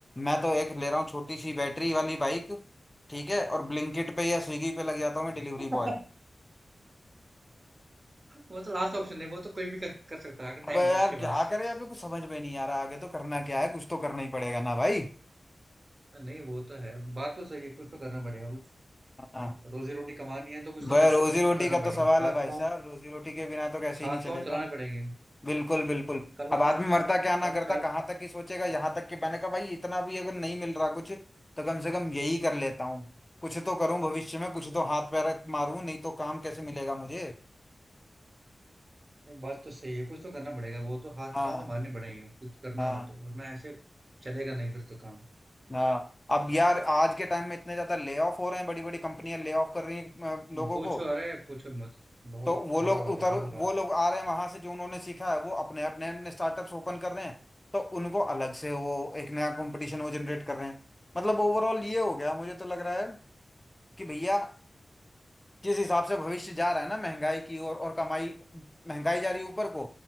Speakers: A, on the left; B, on the right.
A: मैं तो एक ले रहा हूँ छोटी सी बैटरी वाली बाइक ठीक है और ब्लिंकिट पे या स्विगी पे लग जाता हूँ मैं डिलीवरी
B: <laughs>
A: बॉय
B: वो तो लास्ट ऑप्शन है वो तो कोई भी कर, कर सकता है अगर
A: अब
B: टाइम
A: यार
B: हो आपके
A: क्या
B: पास
A: करें अभी कुछ समझ में नहीं आ रहा आगे तो करना क्या है कुछ तो करना ही पड़ेगा ना भाई
B: नहीं वो तो है बात तो सही है कुछ तो करना पड़ेगा
A: हाँ
B: रोजी रोटी कमानी है तो कुछ
A: भाई
B: तो क-
A: रोजी रोटी
B: करना
A: का तो
B: पड़ेगा
A: सवाल
B: हाथ
A: है भाई
B: पाँव
A: साहब रोजी रोटी के बिना तो कैसे
B: हाथ
A: ही नहीं चलेगा
B: पाँव चलाने पड़ेंगे
A: बिल्कुल बिल्कुल
B: कल
A: अब
B: को
A: आदमी
B: सा-
A: मरता क्या ना
B: कल को
A: करता
B: साल
A: कहाँ तक ही सोचेगा यहाँ तक कि मैंने कहा भाई इतना भी अगर नहीं मिल रहा कुछ तो कम से कम यही कर लेता हूँ कुछ तो करूँ भविष्य में कुछ तो हाथ पैर मारूं नहीं तो काम कैसे मिलेगा मुझे
B: ये बात तो सही है कुछ तो करना पड़ेगा वो तो हाथ
A: हाँ
B: पाँव तो मारने पड़ेंगे कुछ करना
A: हाँ
B: हो तो वरना ऐसे चलेगा नहीं फिर तो काम
A: हाँ अब यार आज के टाइम में इतने ज्यादा ले ऑफ हो रहे हैं बड़ी बड़ी कंपनियां ले ऑफ कर रही हैं अ, लोगों
B: पूछो
A: को
B: अरे पूछो मत बहुत
A: तो वो लोग
B: बुरा हाल
A: उतर
B: है बहुत बुरा
A: वो
B: हाल
A: लोग
B: है
A: आ रहे हैं वहां से जो उन्होंने सीखा है वो अपने अपने अपने स्टार्टअप्स ओपन कर रहे हैं तो उनको अलग से वो एक नया कंपटीशन वो जनरेट कर रहे हैं मतलब ओवरऑल ये हो गया मुझे तो लग रहा है कि भैया जिस हिसाब से भविष्य जा रहा है ना महंगाई की ओर और कमाई महंगाई जा रही है ऊपर को